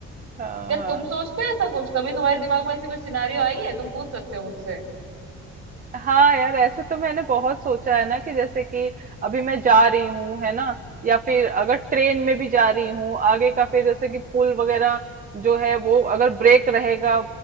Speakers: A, on the right; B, on the right.
A: हाँ
B: क्या
A: हाँ
B: तुम सोचते हो ऐसा कुछ कभी तुम्हारे दिमाग में ऐसी कोई सिनारियो आई है तुम पूछ सकते हो मुझसे
A: हाँ यार ऐसे तो मैंने बहुत सोचा है ना कि जैसे कि अभी मैं जा रही हूँ है ना या फिर अगर ट्रेन में भी जा रही हूँ आगे का फिर जैसे कि पुल वगैरह जो है वो अगर ब्रेक रहेगा